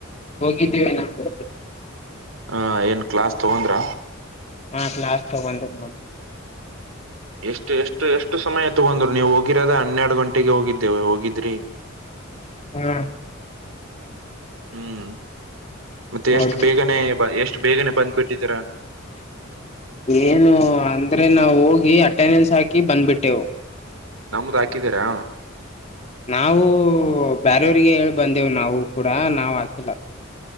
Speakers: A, on the left (about 35°); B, on the right (about 75°).
A: ಹೋಗಿದ್ದೇವೆ ನಾವು. <unintelligible>
B: ಹ ಏನ್ ಕ್ಲಾಸ್ ತಗೊಂಡ್ರ
A: ಹಾ ಕ್ಲಾಸ್ ತಗೊಂದಿ ನಾನು
B: ಎಷ್ಟು ಎಷ್ಟು ಎಷ್ಟು ಸಮಯ ತಗೊಂಡ್ರು ನೀವು ಹೋಗಿರೋದೆ ಹನ್ನೆರಡು ಗಂಟೆಗೆ ಹೋಗಿದ್ದೇವು ಹೋಗಿದ್ರಿ
A: ಹಾ
B: ಹ್ಮ್ ಮತ್ತೆ ಎಷ್ಟು
A: ಆಯ್ತು
B: ಬೇಗನೆ ಬ ಎಷ್ಟು ಬೇಗನೆ ಬಂದ್ಬಿಟ್ಟಿದ್ದೀರಾ
A: ಏನು ಅಂದ್ರೆ ನಾವು ಹೋಗಿ ಅಟೆಂಡೆನ್ಸ್ ಹಾಕಿ ಬಂದ್ಬಿಟ್ಟೆವು.
B: ನಮ್ದ್ ಹಾಕಿದ್ದೀರಾ
A: ನಾವು ಬೇರವ್ರಿಗೆ ಹೇಳಿ ಬಂದೇವು ನಾವು ಕೂಡ ನಾವ್ ಹಾಕಿಲ್ಲ